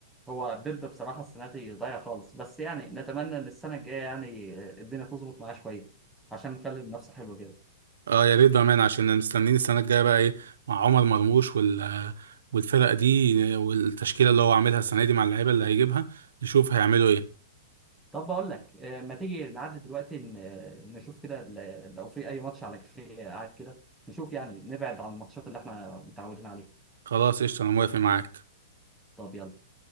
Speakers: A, in the centre; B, on the right (about 80°).
A: هو بيب بصراحة السنة دي ضايع خالص بس يعني نتمنى إن السنة الجاية يعني آه، الدنيا تظبط معاه شوية عشان نخلي المنافسة حلوة كده
B: اه يا ريت بامانه عشان مستنيين السنه الجايه بقى ايه مع عمر مرموش وال والفرقه دي والتشكيله اللي هو عاملها السنه دي مع اللعيبه اللي هيجيبها نشوف هيعملوا ايه
A: طب بقول لك آه، ما تيجي نعدي دلوقتي ن- آه، نشوف كده ال- لو في أي ماتش على كافيه قاعد كده نشوف يعني نبعد عن الماتشات اللي إحنا متعودين عليها
B: خلاص قشطه انا موافق معاك
A: طب يلا